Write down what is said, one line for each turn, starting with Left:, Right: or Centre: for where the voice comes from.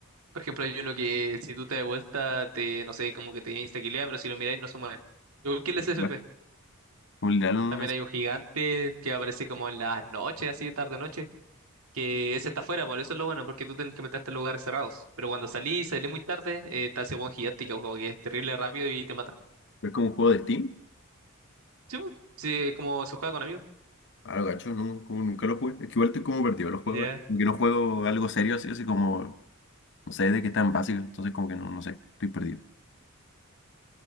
Right: Por ejemplo, hay uno que si tú te das vuelta, te, no sé, como que te insta pero si lo miráis no se mueve. Igual que el SCP.
Left: Bueno, como el de Alan
Right: También
Left: es,
Right: hay un gigante que aparece como en las noches, así tarde noche, que ese está afuera, por eso es lo bueno, porque tú tienes que meterte en lugares cerrados. Pero cuando salís, salís muy tarde, eh, está ese buen gigante que, como que es terrible rápido y te mata.
Left: es como un juego de Steam.
Right: Sí, pues, sí, es como se juega con amigos.
Left: Ah, no cacho. No, como nunca lo jugué. Es que igual estoy como perdido en los juegos.
Right: Ya.
Left: ahora. Como que no juego algo serio así, así como. No sé de qué tan básico. Entonces, como que no, no sé. Estoy perdido.